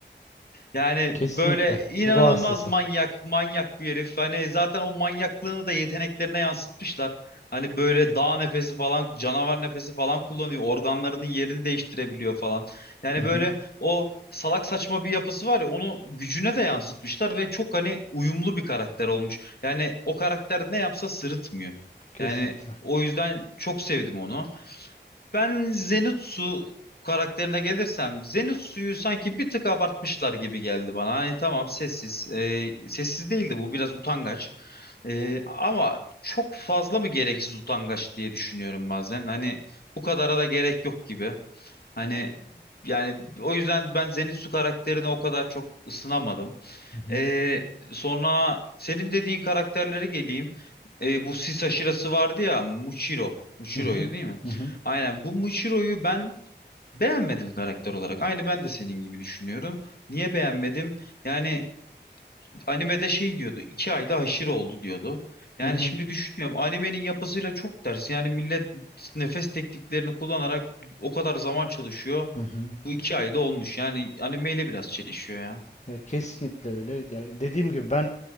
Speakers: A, on the left (about 60°); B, on the left (about 40°).
A: Yani
B: Kesinlikle.
A: böyle inanılmaz
B: Ruh hastası.
A: manyak, manyak bir herif. Hani zaten o manyaklığını da yeteneklerine yansıtmışlar. Hani böyle dağ nefesi falan, canavar nefesi falan kullanıyor. Organlarının yerini değiştirebiliyor falan. Yani
B: Hı hı.
A: böyle o salak saçma bir yapısı var ya onu gücüne de yansıtmışlar ve çok hani uyumlu bir karakter olmuş. Yani o karakter ne yapsa sırıtmıyor.
B: Kesinlikle.
A: Yani o yüzden çok sevdim onu. Ben Zenitsu karakterine gelirsem Zenitsu'yu sanki bir tık abartmışlar gibi geldi bana. Hani tamam sessiz. e, sessiz değildi bu biraz utangaç. E, ama çok fazla mı gereksiz utangaç diye düşünüyorum bazen. Hani bu kadara da gerek yok gibi. Hani yani o yüzden ben Zenitsu karakterine o kadar çok ısınamadım.
B: Hı hı.
A: E, sonra senin dediğin karakterlere geleyim. E, bu sis aşırası vardı ya Muichiro. Muichiro'ydu
B: Hı hı.
A: değil mi?
B: Hı hı.
A: Aynen bu Muichiro'yu ben beğenmedim karakter olarak. Aynı ben de senin gibi düşünüyorum. Niye beğenmedim? Yani animede şey diyordu. iki ayda haşır oldu diyordu. Yani
B: Hı hı.
A: şimdi düşünüyorum animenin yapısıyla çok ters. Yani millet nefes tekniklerini kullanarak o kadar zaman çalışıyor.
B: Hı hı.
A: Bu iki ayda olmuş. Yani animeyle biraz çelişiyor ya.
B: Ya kesinlikle öyle. Ya dediğim gibi ben